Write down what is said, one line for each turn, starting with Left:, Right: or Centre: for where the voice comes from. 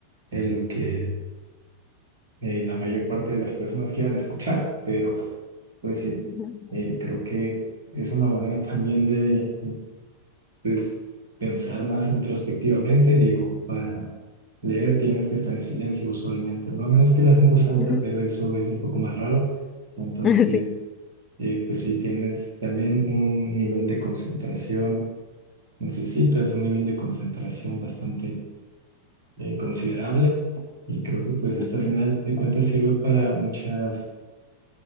Right: eh, lo que eh, la mayor parte de las personas quieran escuchar, pero pues sí,
Left: ujú,
Right: eh, creo que es una manera también de pues, pensar más introspectivamente, digo, para leer tienes que estar en silencio usualmente, ¿no? A menos que leas en voz alta,
Left: ujú.
Right: pero eso es un poco más raro, entonces
Left: <laughs> Sí.
Right: eh, pues sí, tienes también un nivel de concentración, necesitas un nivel de concentración bastante eh, considerable. Y creo que pues esta
Left: Ujú,
Right: al final de cuentas sirve para muchas